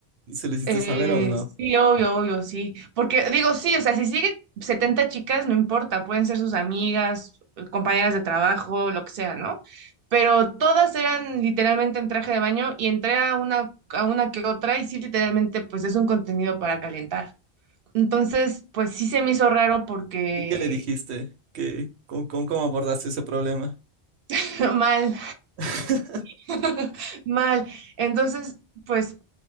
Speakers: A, on the right; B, on the right.
A: ¿Se le hiciste
B: Eh,
A: saber o no?
B: sí, obvio, obvio, sí. Porque digo, sí, o sea, si sigue 70 chicas, no importa, pueden ser sus amigas, compañeras de trabajo, lo que sea, ¿no? Pero todas eran literalmente en traje de baño y entré a una, a una que otra y sí, literalmente, pues es un contenido para calentar. Entonces, pues sí se me hizo raro porque
A: ¿Y qué le dijiste? ¿Qué, cómo, cómo- cómo abordaste ese problema?
B: <laughs> mal,
A: <laughs>
B: <laughs> mal. Entonces, pues